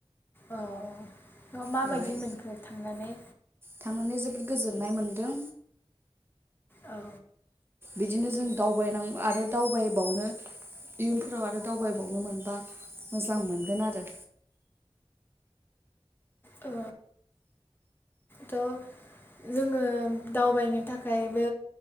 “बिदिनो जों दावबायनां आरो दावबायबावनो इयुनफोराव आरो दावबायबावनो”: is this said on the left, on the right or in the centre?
Right